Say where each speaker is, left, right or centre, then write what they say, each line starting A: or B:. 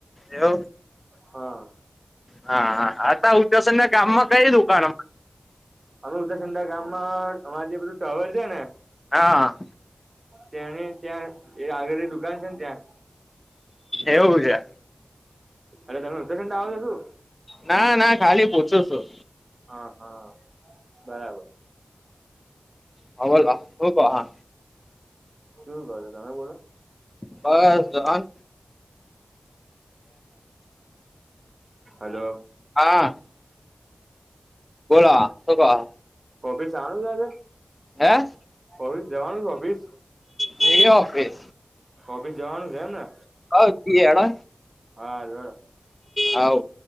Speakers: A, on the left (about 25°); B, on the right (about 60°).
A: એવુ
B: હા.
A: હા આ ઉતસનના ગામમાં કઈ દુકાન
B: અમે ઉત્તરસંદા ગામમાં અમાર જે બધું ટાવર છે, ને
A: હા.
B: ત્યાને ત્યાં એ આગળી એ દુકાન છે ને ત્યાં
A: એવું છે
B: અને તમે <unintelligible>
A: નાના ખાલી પૂછો છું.
B: હાહા બરાબર.
A: હ બોલો હુક હા.
B: કેવું કહો છો તમે બોલો?
A: બસ જ્હન.
B: હલો
A: હા. બોલા સુ કો હો?
B: કોપી <unintelligible> આજે
A: હે.
B: ઓફિસ જવાનું ઓફિસ
A: એ હોગે
B: ઓફિસ જવાનું છે એમ ને
A: હવ જઈએ હેડો
B: હારૂ હેડો
A: હવ